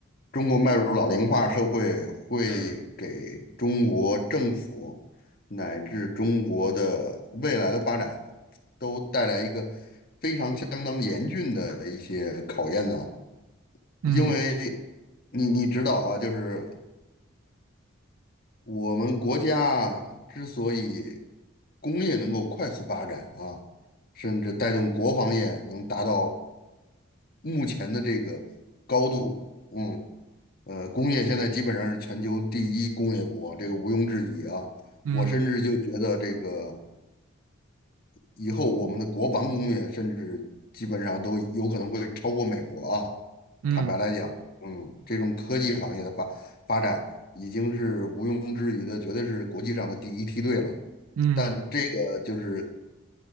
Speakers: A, on the left; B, on the right.
A: 中国迈入老龄化社会，会给中国政府乃至中国的未来的发展都带来一个非常相当严峻的一些考验呢。因为你你知道啊，
B: 嗯
A: 就是我们国家之所以工业能够快速发展啊，甚至带动国防业能达到目前的这个高度，嗯，呃，工业现在基本上是全球第一工业国，这个毋庸置疑啊。
B: 嗯
A: 我甚至就觉得这个以后我们的国防工业甚至基本上都有可能会超过美国啊。
B: 嗯
A: 坦白来讲，嗯，这种科技行业的发发展已经是毋庸置疑的，绝对是国际上的第一梯队了。
B: 嗯，
A: 但这个就是